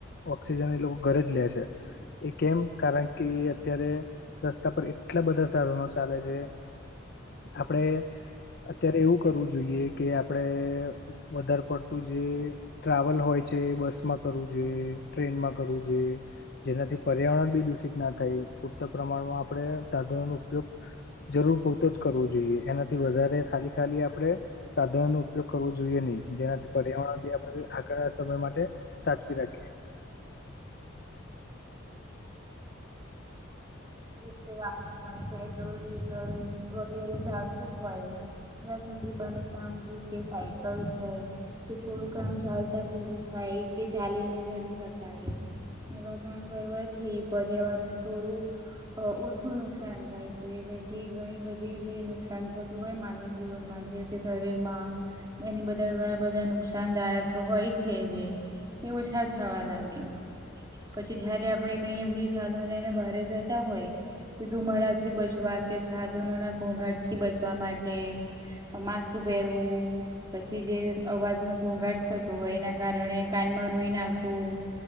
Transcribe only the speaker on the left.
ઓક્સિજન એ લોકો ઘરે જ લે છે એ કેમ કારણ કે અત્યારે રસ્તા પર એટલા બધા સાધનો ચાલે છે આપડે અત્યારે એવું કરવું જોઈએ કે આપડે વધારે પડતું જે ટ્રાવેલ હોય છે બસ માં કરવું જોઈએ ટ્રેનમાં કરવું જોઈએ. જેનાથી પર્યાવરણ બી દૂષિત ના થાય પૂરતા પ્રમાણમાં આપણે સાધનો નો ઉપયોગ જરૂર પૂરતો જ કરવો જોઈએ એનાથી વધારે ખાલી ખાલી આપડે સાધનનો ઉપયોગ કરવો જોઈએ નહી જેનાથી પર્યાવરણ બી આગળ સમય માટે સાચવી રાખીએ